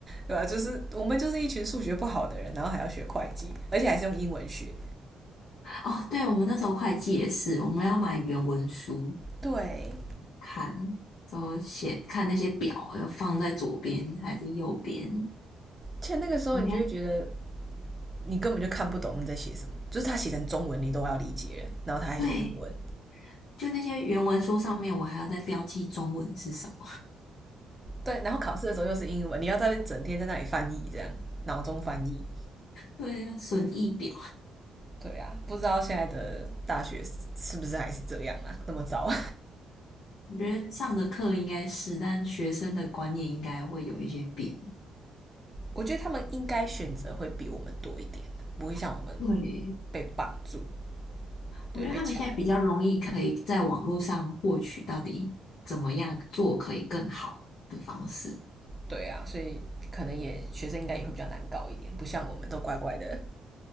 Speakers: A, on the right (about 20°); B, on the left (about 70°).
A: 对吧、啊就是我们就是一群数学不好的人，然后还要学会计，而且还是用英文学。
B: 哦，对，我们那时候会计也是，我们要买原文书
A: 对，
B: 看，然后写看那些表要放在左边还是右边。
A: 且那个时候你就会觉得
B: 我现在
A: 你根本就看不懂你在写什么，就是他写成中文你都要理解了，然后他还写英文。
B: 对，就那些原文书上面，我还要再标记中文是什么。
A: 对，然后考试的时候又是英文，你要在那边整天在那里翻译，这样脑中翻译。
B: 对呀，损益表，
A: 对啊，不知道现在的大学是不是还是这样啊？那么糟。
B: 我觉得上的课应该是，但学生的观念应该会有一些变。
A: 我觉得他们应该选择会比我们多一点，不会像我们
B: 对，
A: 被绑住，对，
B: 我觉得他们现在比较容易可以在网络上获取到底怎么样做可以更好的方式。
A: 被强迫。对啊，所以可能也学生应该也会比较难搞一点，不像我们都乖乖的